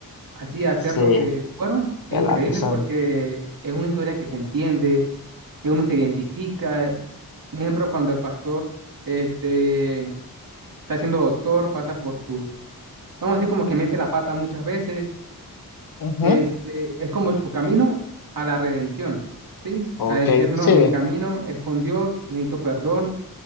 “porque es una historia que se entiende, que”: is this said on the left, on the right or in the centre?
Right